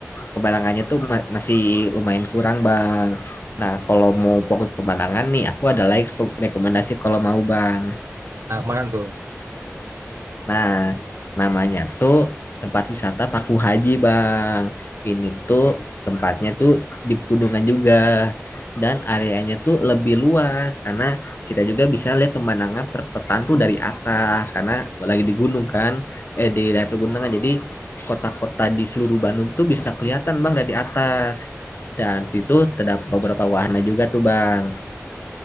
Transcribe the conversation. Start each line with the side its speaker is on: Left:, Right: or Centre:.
Left: pemandangannya tuh ma- masih lumayan kurang bang. Nah kalau mau fokus pemandangan nih, aku ada lagi rekomendasi kalau mau bang.
Right: Ah kemarin tuh
Left: Nah, namanya tuh tempat wisata Paku Haji, Bang. Ini tuh tempatnya tuh di pegunungan juga. Dan areanya tuh lebih luas karena kita juga bisa lihat pemandangan perkotaan tuh dari atas karena lagi di gunung kan, eh di daerah pegunungan. Jadi kota-kota di seluruh Bandung tuh bisa kelihatan, Bang, dari atas. Dan situ terdapat beberapa wahana juga tuh, Bang.